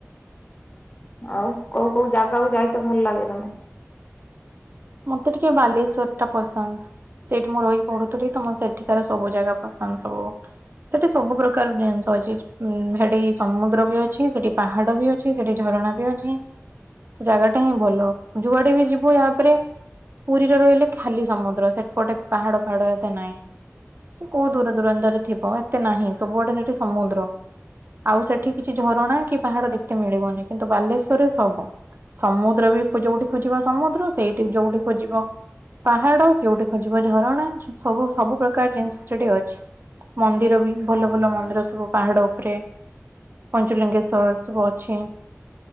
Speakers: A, on the left; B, on the right.
A: ଆଉ କୋଉ କୋଉ ଜାଗାକୁ ଯାଇତେ ଭଲ ଲାଗେ ତମକୁ?
B: ମତେ ଟିକେ ବାଲେଶ୍ଵର ଟା ପସନ୍ଦ। ସେଠି ମୁଁ ରହିିକି ପଢୁଥିଲି ତ ସେଠିକାର ସବୁ ଜାଗା ପସନ୍ଦ ସବୁ। ସେଠି ସବୁ ପ୍ରକାର ଜିନିଷ ଅଛି ଉ ସେଠି ସମୁଦ୍ର ବି ଅଛି ସେଠି ପାହାଡ ବି ଅଛି। ସେଠି ଝରଣା ବି ଅଛି ସେ ଜାଗା ଟା ହିଁ ଭଲ ଯୁଆଡେବି ଯିବୁ ୟାପରେ ପୁରୀରେ ରହିଲେ ଖାଲି ସମୁଦ୍ର ସେଠପଟେ ପାହାଡ ଫାଡ ଏତେ ନାହିଁ। ସେ କୋଉ ଦୂର ଦୂରାନ୍ତରେ ଥିବ ଏତେ ନାହିଁ ସବୁ ଆଡେ ସେଠି ସମୁଦ୍ର। ଆଉ ସେଠି କିଛି ଝରଣା କି ପାହାଡ ଦେଖିତେ ମିଳିବନି କିନ୍ତୁ ବାଲେଶ୍ଵରରେ ସବ। ସମୁଦ୍ର ବି ଯୋଉଠି ଖୋଜିବ ସମୁଦ୍ର ସେଇଠି ଯୋଉଠି ଖୋଜିବ ପାହାଡ ଯୋଉଠି ଖୋଯିବ ଝରଣା ସବୁ ସବୁ ପ୍ରକାର ଜିନିଷ ସେଠି ଅଛି। ମନ୍ଦିର ବି ଭଲ ଭଲ ମନ୍ଦିର ସବୁ ପାହାଡ ଉପରେ ପଞ୍ଚୁଲିଙ୍ଗେଶ୍ଵର ସବୁ ଅଛି।